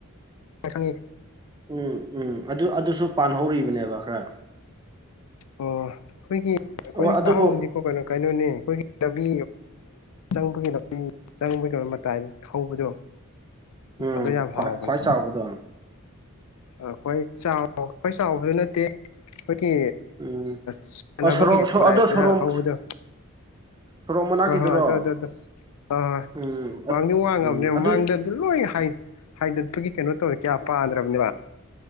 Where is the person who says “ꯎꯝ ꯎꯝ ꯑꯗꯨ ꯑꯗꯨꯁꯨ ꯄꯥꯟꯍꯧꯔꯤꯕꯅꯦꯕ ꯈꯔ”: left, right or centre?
Right